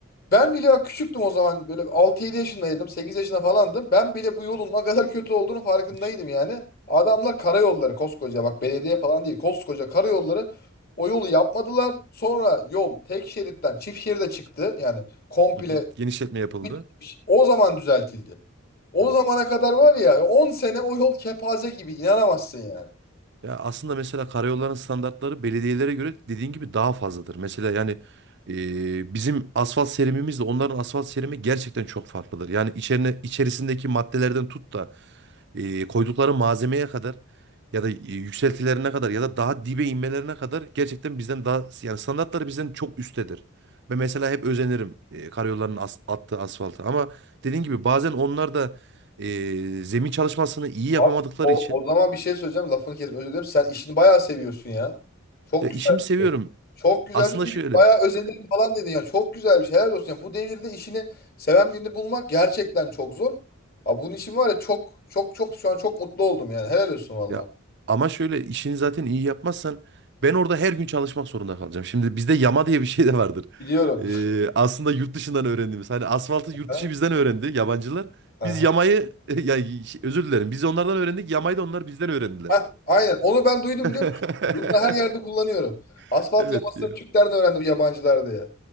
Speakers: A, on the left; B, on the right.
A: ben bile bak küçüktüm o zaman böyle altı yedi yaşındaydım 8 yaşında falandım. Ben bile bu yolun ne kadar kötü olduğunu farkındaydım
B: İşte,
A: yani. Adamlar karayolları koskoca bak belediye falan değil koskoca karayolları o yolu yapmadılar. Sonra yol tek şeritten çift şeride çıktı yani komple
B: hı hı. Genişletme yapıldı.
A: bitmiş. O zaman düzeltildi. O
B: Evet.
A: zamana kadar var ya 10 sene o yol kepaze gibi inanamazsın yani.
B: Ya aslında mesela karayolların standartları belediyelere göre dediğin gibi daha fazladır. Mesela yani e, bizim asfalt serimimizle onların asfalt serimi gerçekten çok farklıdır. Yani içerine içerisindeki maddelerden tut da e, koydukları malzemeye kadar ya da e, yükseltilerine kadar ya da daha dibe inmelerine kadar gerçekten bizden daha yani standartları bizden çok üsttedir. Ve mesela hep özenirim e, karayolların as- attığı asfaltı ama dediğin gibi bazen onlar da e, zemin çalışmasını iyi yapamadıkları
A: Abi, o,
B: için
A: o zaman bir şey söyleyeceğim. Lafını kesme. Özür dilerim. Sen işini bayağı seviyorsun ya. Çok
B: ya işimi
A: güzel
B: seviyorum.
A: bir şey. Çok güzel
B: Aslında
A: bir şey. Çünkü
B: şöyle
A: Bayağı özenirim falan dedin ya. Çok güzel bir şey. Helal olsun. Ya. Bu devirde işini seven birini bulmak gerçekten çok zor. Ha, bunun için var ya çok çok çok şu an çok mutlu oldum yani. Helal olsun
B: <laughs>
A: valla.
B: ya ama şöyle işini zaten iyi yapmazsan ben orada her gün çalışmak zorunda kalacağım. Şimdi bizde yama diye bir şey de vardır.
A: Biliyorum.
B: Ee, aslında yurt dışından öğrendiğimiz. Hani asfaltı
A: Aha,
B: yurt dışı bizden öğrendi yabancılar.
A: aha.
B: Biz yamayı <laughs> ya şey, özür dilerim. Biz onlardan öğrendik. Yamayı da onlar bizden öğrendiler.
A: Hah, aynen. Onu ben duydum
B: <laughs>
A: biliyor musun? Bunu da her yerde kullanıyorum. Asfalt
B: Evet
A: yamasını
B: ya.
A: Türklerden öğrendim yabancılar diye.